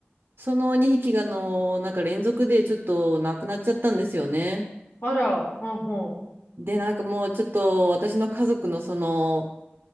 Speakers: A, on the right (about 55°); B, on the left (about 65°).
A: その2匹が、あのなんか連続でちょっと亡くなっちゃったんですよね。
B: あら、うん、う
A: で、なんかもうちょっと私の家族のその、